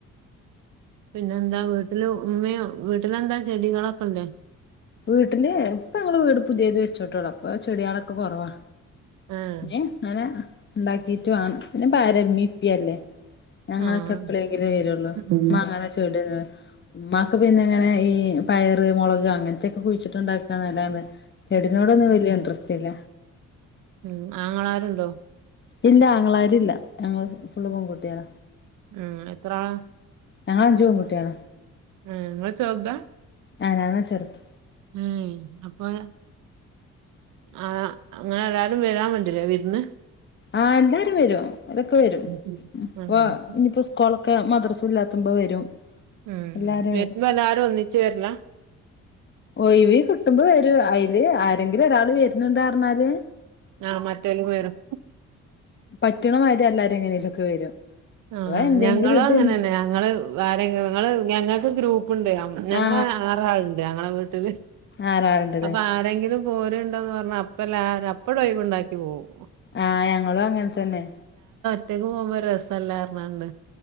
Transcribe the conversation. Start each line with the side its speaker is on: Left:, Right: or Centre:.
Right: പിന്നെന്താ വീട്ടില് ഉമ്മിം വീട്ടിലെന്താ ചെടികളൊക്കല്ലേ
Left: വീട്ടില് ഇപ്പ ഞങ്ങള് വീട് പുതിയത് വെച്ചിട്ടൊള്ളൂ അപ്പൊ ചെടിയേളൊക്കെ കൊറവാ
Right: ആ
Left: ഇഞ് അങ്ങനെ ഉണ്ടാക്കിട്ടു വാണം പിന്നെപ്പ ആരാ ഇമ്മിഇപ്പി അല്ലേ ഞങ്ങളൊക്കെ
Right: ആഹ്
Left: എപ്പളേങ്കിലും വരുള്ളൂ
Right: ഉം
Left: ഉമ്മ അങ്ങനെ ചെടിയൊന്നും ഉമ്മാക്ക് പിന്നെ ഇങ്ങനെ ഈ പയറ് മുളക് അങ്ങനത്തൊക്കെ കുഴിച്ചിട്ട് ഇണ്ടാക്കാന്നല്ലാതെ ചെടിനോടൊന്നും വലിയ ഇൻട്രസ്റ്റ് ഇല്ല
Right: ഉം ആങ്ങളാരുണ്ടോ
Left: ഇല്ല അങ്ങളാരില്ല ഞങ്ങള് ഫുള്ളും പെൺകുട്ട്യേളാ
Right: ഉം എത്ര ആളാ
Left: ഞങ്ങളഞ്ച് പെൺകുട്ട്യേളാ
Right: ഉം ഇങ്ങള് ചെർതാ
Left: ആ ഞാനാ ചെറ്ത്
Right: ഊം അപ്പം ആ അങ്ങനെ എല്ലാരും വരാൻ മതി ല്ലേ വിര്ന്ന്
Left: ആ എല്ലാരും വരും ഓലൊക്കെ വരും
Right: ഉം
Left: ഇപ്പോ ഇനിപ്പോ സ്കൂളൊക്കെ മദ്രസ് സുല്ലാത്തുമ്പം വരും
Right: ഉം
Left: എല്ലാരും
Right: വരുമ്പം എല്ലാരും ഒന്നിച്ച് വര്ലാ
Left: ഒഴിവി കിട്ടുമ്പ വരും അയില് ആരെങ്കിലും ഒരാള് വര്ന്ണ്ടാറഞ്ഞാല്
Right: ആ മറ്റൊല് വരും
Left: പറ്റണമാതിരി എല്ലാവാരും എങ്ങനെലൊക്കെ വരും
Right: ആ
Left: അഥവാ എന്തെങ്കിലും
Right: ഞങ്ങളും
Left: ഇത്
Right: അങ്ങനെന്നെ ഞങ്ങള് ആരെ ങ്ങള് ഞങ്ങ ഇപ്പൊ ഗ്രൂ ണ്ട് ഞങ്ങള
Left: ആ
Right: ആറാളുണ്ട് ഞങ്ങളെ വീ ല്
Left: ആറാളുണ്ടല്ലേ
Right: അപ്പൊ ആരെങ്കിലും പോരണ്ടോന്ന് പറഞ്ഞ അപ്പല്ലര അപ്പൻ ഒഴിവുണ്ടാക്കി ഉണ്ടാക്കി പോകും
Left: ആ ഞങ്ങളും അങ്ങനെ തന്നെ
Right: റ്റക്ക് പോകുമ്പോൾ രസ സല്ലാ പറഞണ്ട